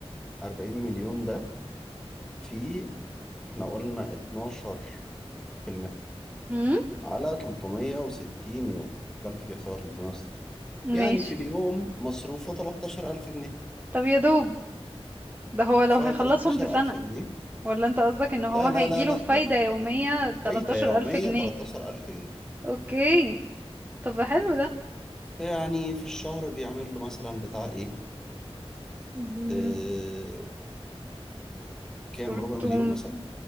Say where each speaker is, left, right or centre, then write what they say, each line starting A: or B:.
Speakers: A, in the centre; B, on the right.
A: 40 مليون ده في احنا قلنا 12%
B: مم.
A: على 360 يوم البنك بيحسبها 360 يعني
B: ماشي
A: في اليوم مصروفه 13000 جنيه
B: طب يا دوب ده هو لو
A: ف
B: هيخلصهم
A: 13000
B: في سنة
A: جنيه
B: ولا أنت قصدك إن
A: لا
B: هو هيجيله
A: لا لا لا
B: فايدة
A: ده
B: يومية تلتاشر
A: فايدة يومية
B: ألف جنيه
A: 13000 جنيه
B: أوكي طب حلو ده
A: يعني في الشهر بيعمل له مثلا بتاع ايه
B: مم،
A: اه كام
B: تلتم
A: ربع مليون مثلا